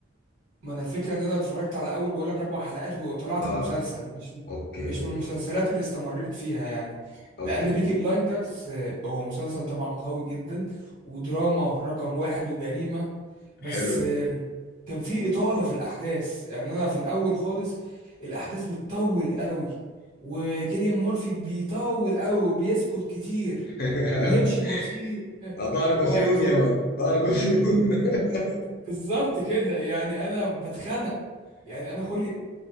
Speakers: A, on the right; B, on the left.
A: ما انا الفكره ان انا اتفرجت على اول بقول لك اربع حلقات وطلعت
B: اه
A: من المسلسل مش
B: اوكي
A: مش
B: اوكي
A: من المسلسلات اللي استمريت فيها يعني
B: اوكي
A: لان بيكي بلايندرز آه، هو مسلسل طبعا قوي جدا ودراما رقم واحد وجريمه بس
B: حلو
A: آه، كان في اطاله في الاحداث يعني انا في الاول خالص الاحداث بتطول قوي وكيليان مورفي بيطول قوي وبيسكت كتير
B: <laughs>
A: وبيمشي بطيء آه،
B: ضارب
A: و...
B: فيون
A: <laughs> فبي-
B: يا مان ضارب فيون <laughs>
A: بالظبط كده يعني انا بتخنق يعني انا خلقي